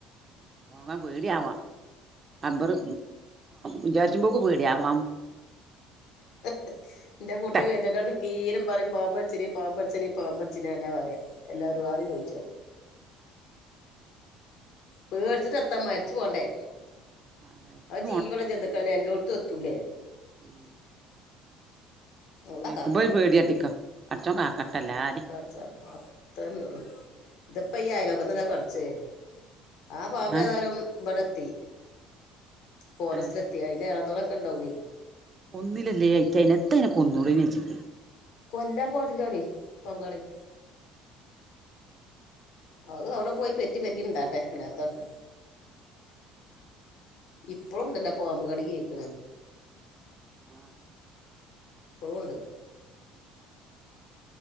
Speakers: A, on the right; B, on the left.
A: പോകാൻ പേടിയാവാ അമ്പറ് വിചാരിച്ച് പോക്ക് പേടിയാവാ
B: എന്റെ <unintelligible>
A: ട്ടാ
B: പറയും പാമ്പടച്ചിനീ പാമ്പടച്ചിന പാമ്പടച്ചിന എന്ന പറയാം എല്ലാരും ആദ്യം ചോയിച്ചാ പേടിച്ചിട്ട് എത്താ മരിച്ചു പോണ്ടേ
A: ആ മരിച്ചു
B: അഹ് ജീവള ചന്തുക്കല്ലേ എല്ലോട്ത്തും എത്തൂലേ
A: ഉം
B: അള്ളാ
A: കേക്കുമ്പോ
B: കാക്കട്ടെ
A: ഒര് പേടിയട്ടിക്കോ. അടച്ചോം കാക്കട്ടല്ലാരിം.
B: <unintelligible> അത്രന്നെ ഒള്ളൂ. ത്പ്പയീ അയലോക്കത്ത് ന്നല്ലേ കടിച്ചെ. ആ പാമ്പ്
A: ഏ
B: ഏതാലും ബടെത്തി. ഫോറസ്റ്റ്ലത്തി.
A: ഏ
B: അതി <unintelligible> ‌ക്കണ്ടാവെയ്
A: ഒന്നിലല്ലേ അയിറ്റയിന്. എത്തയിനെ കൊുന്നൂടെയ്ന്യോ അയ്റ്റയ്ക്ക്.
B: കൊല്ലാം പാടില്ലോലെയ്. പാമ്പേളെയ്. അത് അവ്ടെ പ്പോയി പെറ്റ് പെര്കിൺണ്ടാവട്ടെ. അല്ലാതെ ത്താട്ട്ണ്. ഇപ്പളും ണ്ടല്ലൊ പാമ്പ് കടി കേൾക്ക്ണ്.
A: ആഹ്
B: ഇപ്പലുണ്ട്